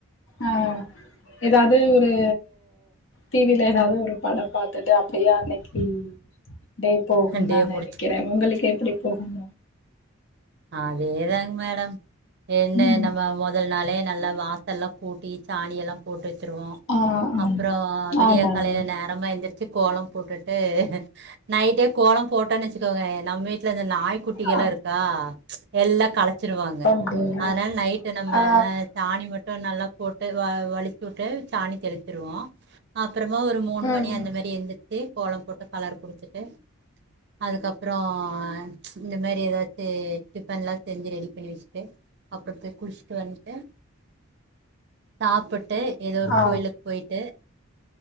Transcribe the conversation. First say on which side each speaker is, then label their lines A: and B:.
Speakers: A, on the left (about 60°); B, on the right (about 50°).
A: ஆஹ் எதாவ்து ஒரு டி வில எதாவது ஒரு படொ பார்த்துட்டு அப்படியே அன்னைக்கு டே போகும்
B: டே
A: நா நெனைக்கிற
B: முடிச்சு
A: உங்களுக்கு எப்டி போகும்
B: அதேதா ங் மேடம் என்ன
A: ம்
B: நம்ம மொதல் நாளே நல்லா வா செல்லா கூட்டி சாணிய எல்லா போட்டு வச்சுருவோ
A: ஆ ஆம்
B: அப்பறொ விடியா
A: ஆமாங்க
B: காலையில நேரமா எந்திரி ச்சு கோலம் போட்டுட் டு நைட்டே கோலம் போட்டு டனு வச்சுக்கோங்க நம் வீட்ல இந்த நாய்க்குட்டிகள்லா
A: அ
B: இருக்கா ப்ச் எல்லா கல ச்சிருவாங்க
A: அப்டிங்களா
B: அதனால நைட்டு நம்ம
A: ஆ
B: சாணி மட்டு நல்லா போட்டு வ வலிச்சு விட்டு சாணி தெளிச்சிருவோ அ அப்புறமா ஒரு மூணு
A: ம்
B: மணி அந்த மாரி எந்திருச்சு கோலம் போட்டு கலர் குடுத்துட்டு அதுக்கப்புறோ ஆ இந்த மேரி ஏதாது டிபன்லா செஞ்சி ரெடி பண்ணி வெச்சிட்டு அப்றத்து குளிச்சிட்டு வந் து சாப்புட் டு ஏதோ ஒரு
A: ஆ
B: கோயிலுக் போயிட்டு